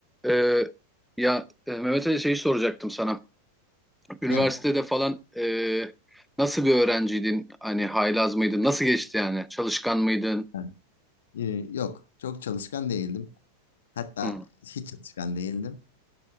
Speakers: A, in the centre; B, on the left.
A: Ee, ya e, Mehmet Ali şeyi soracaktım sana. Üniversitede
B: Evet.
A: falan e, nasıl bir öğrenciydin? Hani haylaz mıydın? Nasıl geçti yani? Çalışkan mıydın?
B: Yani Ee, yok. Çok çalışkan değildim. Hatta
A: Hı,
B: hiç çalışkan değildim.